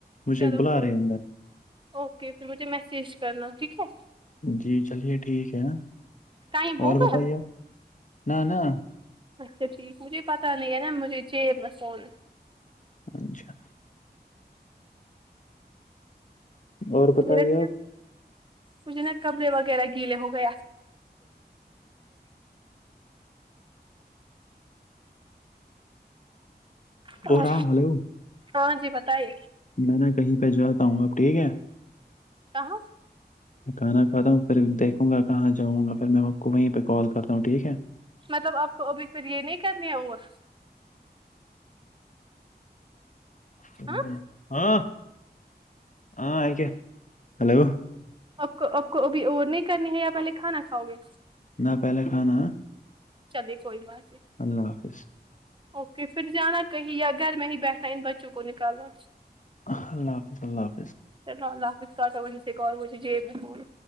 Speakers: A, on the left; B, on the right.
A: مجھے
B: چلو
A: ایک بلا
B: کوئی
A: رہے ہیں اندر
B: اوکے پھر مجھے میسج کرنا ٹھیک ہے
A: جی چلیے ٹھیک ہے
B: ٹائم ہوگیا
A: اور بتائیے آپ نہ نہ
B: اچھا ٹھیک مجھے پتہ نہیں ہے نا مجھے جیب میں فون
A: اچھا اور
B: <unintelligible>
A: بتائیے آپ
B: مجھے نا کپڑے وغیرہ گیلے ہو گے ہاں
A: اور ہلو
B: ہاں جی بتائی
A: میں نا کہیں پہ جاتا ہوں اب ٹھیک ہے
B: کہاں
A: کھانا کھا ہوں پھر دیکھوں گا کہاں جاں گا پھر میں آپ کو وہیں پہ کال کرتا ہوں ٹھیک ہے
B: مطلب آپ کو ابھی پھر یہ نہیں کرنی ہے اور
A: <inaudible>
B: ہاں
A: ہاں ہاں کیا ہیلو
B: آپ کو آپ کو ابھی اور نہیں کرنی ہے یا پہلے کھانا کھاؤ گے
A: نہ پہلے کھانا
B: چلے کوئی بات نہیں
A: اللہ حافظ
B: اوکے پھر جانا کہیں یا گھر میں ہی بیٹھا ان بچوں کو نکالنا
A: اللہ حافظ اللہ حافظ
B: چلو اللہ حافظ کا تو وہی سے اور جیب میں فون